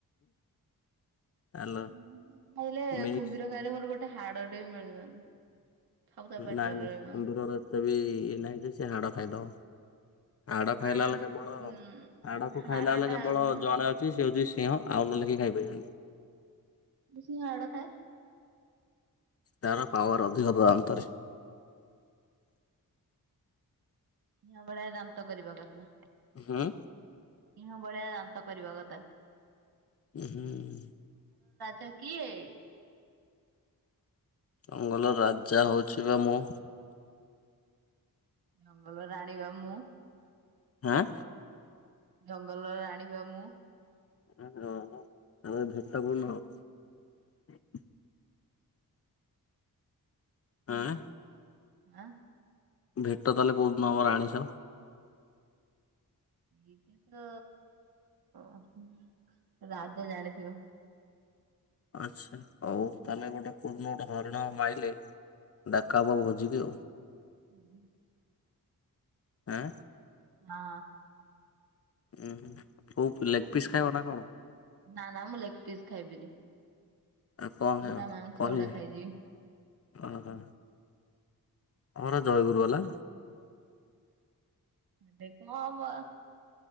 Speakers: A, on the left (about 40°); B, on the right (about 85°).
A: ଆଲ
B: କୁମ୍ଭୀର ଖାଇଲେ
A: ମିକ୍ସ
B: କୁମ୍ଭୀର ଖାଇଲେ ମୋର ଗୋଟେ ହାଡଟେ ବି ମିଳିବନି। ସବୁ ତା ପେଟରେ
A: ନାଇଁ ନାଇଁ
B: ରହିବନି
A: କୁମ୍ଭୀର ର ଏତେବି ଇଏ ନାହିଁ ଯେ ସେ ହାଡ ଖାଇଦବ। ହାଡ ଖାଇଲା
B: ଟା
A: ବାଲା
B: ଉଁ
A: କେବଳ ହାଡକୁ ଖାଇଲା
B: ହାଡ
A: ବାଲା
B: ଟା
A: କେବଳ ଜଣେ ଅଛି ସେ ହଉଛି ସି ସିହ ଆଉ ନଲେଖି ଖାଇପାରିବନି।
B: ସିଂହ ହାଡ ଖାଏ।
A: ତାର ପାୱାର ଅଧିକ ତା ଦାନ୍ତରେ।
B: ସିଂହ ଭଳିଆ ଦାନ୍ତ କରିବା କଥା।
A: ହୁଁ।
B: ସିଂହ ଭଳିଆ ଦାନ୍ତ କରିବା କଥା।
A: ହୁଁ।
B: ଟା କିଏ?
A: ଜଙ୍ଗଲ ରାଜା ହଉଛି ବା ମୁଁ।
B: ଜଙ୍ଗଲ ରାଣୀ ବା ମୁଁ।
A: ଆଁ।
B: ଜଙ୍ଗଲର ରାଣି ବା ମୁଁ।
A: ହ ଆମେ ଭେଟ କୋଉଦିନ ହବା? ଆଁ।
B: ଆଁ।
A: ଭେଟ ତାହେଲେ କୋଉଦିନ ହବା ରାଣୀ ସହ?
B: ଏଇଟା ତ ଅ ରାଜା ଜାଣିଥିବ।
A: ଆଛା ହଉ ତାହେଲେ ଗୋଟେ କୋଉଦିନ ଗୋଟେ ହରିଣ ମାଇଲେ ଡାକା ହବ ଭୁଜି କି।
B: ନାଇଁ।
A: ଆଁ।
B: ହଁ।
A: ଉହିଁ କଉ ଲେଗ୍
B: ହରିଣ
A: ପିସ ଖାଇବ ନା କଣ?
B: ନା ନା ମୁଁ ଲେକ୍ ପିସ୍ ଖାଇବିନି।
A: ଆଉ କଣ ଖାଇବା
B: ମୁଁ ତା ମାଂସ
A: କଲିଜା?
B: ଗୁଡା ଖାଇଯିବି
A: ଓହ। ତମର ଜୟ ଗୁରୁ ବାଲା।
B: ଏବେ କ ହବା।